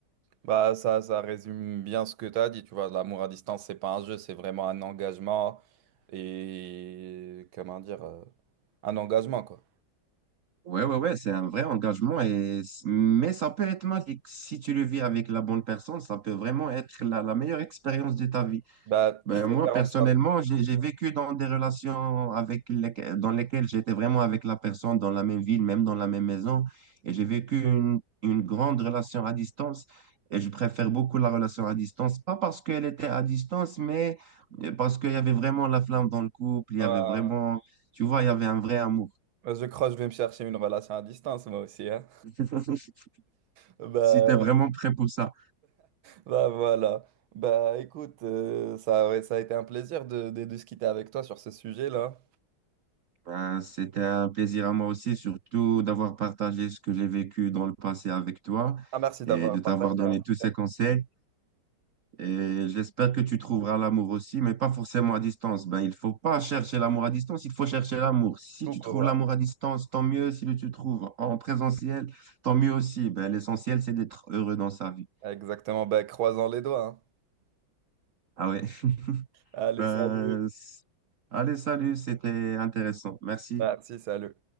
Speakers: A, on the right (about 80°); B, on the right (about 50°).
A: Bah ça, ça résume bien ce que tu as dit, tu vois, l'amour à distance, c'est pas un jeu, c'est vraiment un engagement et comment dire, euh, un engagement quoi.
B: Ouais, ouais, ouais, c'est un vrai engagement et, mais ça peut être magique. Si tu le vis avec la bonne personne, ça peut vraiment être la la meilleure expérience de ta vie.
A: Bah
B: Ben,
A: je vais
B: moi,
A: faire
B: personnellement,
A: en sorte.
B: j'ai j'ai vécu dans des relations avec lesquelles- dans lesquelles j'étais vraiment avec la personne dans la même ville, même dans la même maison. Et j'ai vécu une, une grande relation à distance. Et je préfère beaucoup la relation à distance, pas parce qu'elle était à distance, mais euh, parce qu'il y avait vraiment la flamme dans le couple. Il y
A: Ouais,
B: avait
A: ouais.
B: vraiment,
A: ouais.
B: tu vois, il y avait un vrai amour.
A: Bah, Je crois que je vais me chercher une relation à distance moi aussi, hein.
B: <laughs>
A: <laughs> Bah
B: Si tu es vraiment prêt pour ça.
A: Bah voilà. Bah écoute, euh, ça, ouais, ça a été un plaisir de, de discuter avec toi sur ce sujet-là.
B: Ben, c'était un plaisir à moi aussi, surtout d'avoir partagé ce que j'ai vécu dans le passé avec toi
A: Ah merci
B: et
A: d'avoir
B: de t'avoir
A: partagé
B: donné
A: en tout
B: tous ces
A: cas.
B: conseils. Et j'espère que tu trouveras l'amour aussi, mais pas forcément à distance. Ben, il faut pas chercher l'amour à distance, il faut chercher l'amour. Si
A: Tout
B: tu
A: pour
B: trouves
A: moi.
B: l'amour à distance, tant mieux. Si tu le trouves en présentiel, tant mieux aussi. Ben, l'essentiel, c'est d'être heureux dans sa vie.
A: Exactement. Bah croisons les doigts. hein.
B: Ah ouais. <laughs>
A: Allez,
B: Ben,
A: salut.
B: c- allez, salut, c'était intéressant. Merci.
A: Merci, salut.